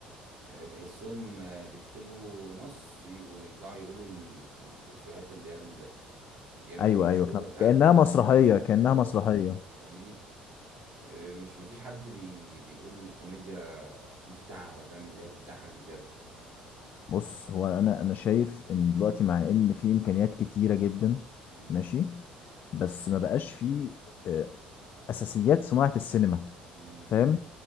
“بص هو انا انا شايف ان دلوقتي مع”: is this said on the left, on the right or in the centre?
Left